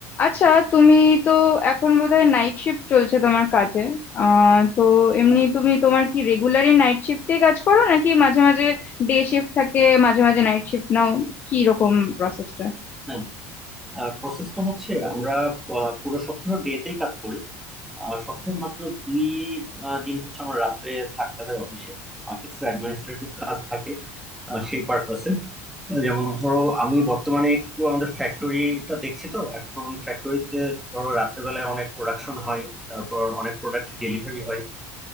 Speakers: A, on the left; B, in the centre.
A: আচ্ছা তুমি তো এখন বোধহয় নাইট শিফট চলছে তোমার কাজে আহ তো
B: স্য
A: এমনি
B: সান
A: তুমি তোমার কি রেগুলারই নাইট শিফটে কাজ করো নাকি মাঝে মাঝে ডে শিফট থাকে মাঝে মাঝে নাইট শিফট নাও কি রকম প্রসেসটা
B: স্যাাট্য়. প্রসেসটা হচ্ছে আমরা আহ, পুরো সপ্তাহ ডেতেই কাজ করি আর সপ্তাহে মাত্র দুই আহ, দিন হচ্ছে আমার রাত্রে থাকতে হয় অফিসে আর কিছু অ্যাডমিনিস্ট্রেটিভ কাজ থাকে আহ, সেই পারপাসে যেমন ধরো আমি বর্তমানে একটু আমাদের ফ্যাক্টরিটা দেখছি তো এখন ফ্যাক্টরিতে ধরো রাত্রেবেলায় অনেক প্রোডাকশন হয় তারপর অনেক প্রোডাক্ট ডেলিভারি হয়